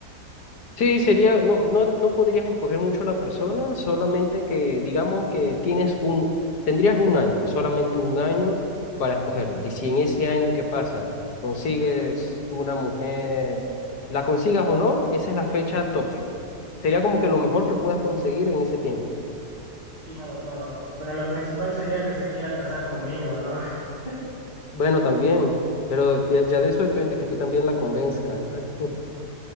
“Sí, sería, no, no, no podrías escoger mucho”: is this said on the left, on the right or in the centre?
Left